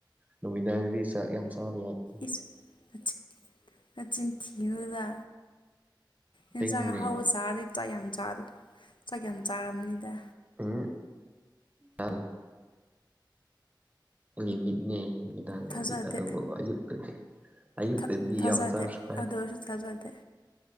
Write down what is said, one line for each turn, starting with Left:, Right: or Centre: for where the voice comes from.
Right: ꯅꯨꯃꯤꯗꯥꯡꯗꯤ ꯆꯥꯛ ꯌꯥꯝ ꯆꯥꯕ ꯌꯥꯗꯦ
Left: ꯏꯁ ꯅꯆꯤꯟ ꯅꯆꯤꯟ ꯊꯤꯅꯨꯗ ꯌꯦꯟꯁꯥꯡ
Right: ꯇꯤꯡꯅꯦ
Left: ꯑꯍꯥꯎꯕ ꯆꯥꯔꯗꯤ ꯆꯥꯛ ꯌꯥꯝ ꯆꯥ ꯆꯥꯛ ꯌꯥꯝ ꯆꯥꯔꯝꯅꯤꯗ
Right: ꯎꯝ <unintelligible> <unintelligible> ꯃꯤꯠꯅꯦ ꯃꯤꯠ ꯅꯨꯝꯗꯥꯡꯗꯗꯤ
Left: ꯊꯥꯖꯗꯦ
Right: ꯑꯗꯨꯕꯨ ꯑꯌꯨꯛꯇꯗꯤ ꯑꯌꯨꯛꯇꯗꯤ
Left: ꯊ ꯊꯥꯖꯗꯦ
Right: ꯌꯥꯝ ꯆꯥꯔꯁꯨ ꯀꯥꯏꯗꯦ
Left: ꯑꯗꯨ ꯑꯣꯏꯔꯁꯨ ꯊꯥꯖꯗꯦ